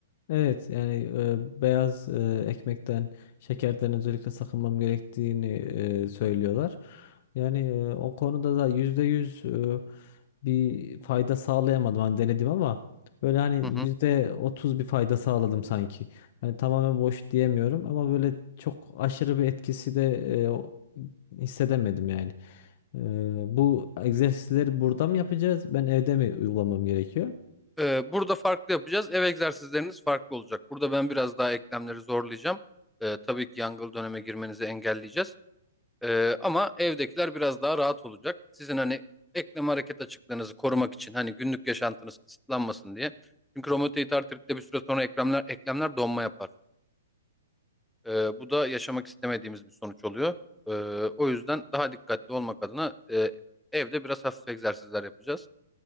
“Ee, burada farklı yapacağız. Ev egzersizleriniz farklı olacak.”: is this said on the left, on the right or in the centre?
Centre